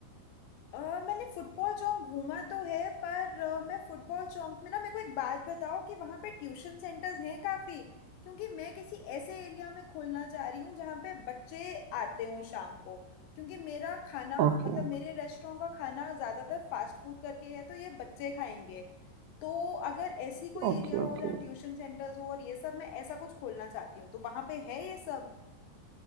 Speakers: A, on the left; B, on the right.
A: अ, मैंने फुटबॉल चौक घूमा तो है पर अ, मैं फुटबॉल चौक में ना मेरे को एक बात बताओ कि वहाँ पे ट्यूशन सेंटर्स हैं काफ़ी क्योंकि मैं किसी ऐसे एरिया में खोलना चाह रही हूँ जहाँ पे बच्चे आते हों शाम को क्योंकि मेरा खाना
B: Okay
A: मतलब मेरे रेस्टोरेंट का खाना ज़्यादातर फास्ट फूड करके है तो ये बच्चे खाएंगे तो अगर ऐसी कोई
B: okay
A: एरिया हो
B: okay
A: जहाँ ट्यूशन सेंटर्स हो और ये सब मैं ऐसा कुछ खोलना चाहती हूँ तो वहाँ पे है ये सब